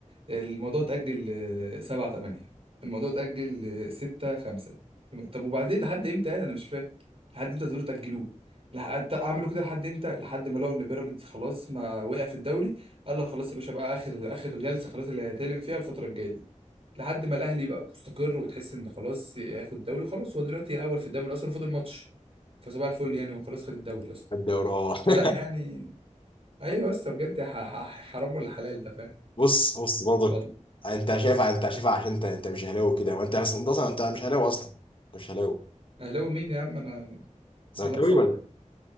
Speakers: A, on the right; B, on the left.
A: آه، الموضوع اتاجل آه، سبعة تمانية الموضوع اتاجل آه، ستة خمسة طب وبعدين لحد امتى يعني انا مش فاهم لحد امتى تقدروا تاجلوه لحد اعملوا كده لحد امتى لحد ما لقوا ان بيراميدز خلاص ما وقع في الدوري قال لك خلاص يا باشا بقى اخر اخر جلسه خلاص اللي هيتكلم فيها الفتره الجايه دي لحد ما الاهلي يبقى مستقر وتحس ان خلاص هياخد الدوري خلاص هو دلوقتي الاول في الدوري اصلا فاضل ماتش فصباح الفل يعني وخلاص خد الدوري اصلا
B: الدوري اه
A: فلا يعني
B: <laughs>
A: ايوه بس بجد ح- ح- حرام ولا حلال ده فاهم
B: بص بص برضك
A: والله
B: انت شايفها انت شايفها عشان انت انت مش اهلاوي كده وانت اصلا انت اصلا انت مش اهلاوي اصلا انت مش اهلاوي
A: اهلاوي مين يا عم انا انا
B: زملكاوي
A: ناقصه
B: ولا إيه؟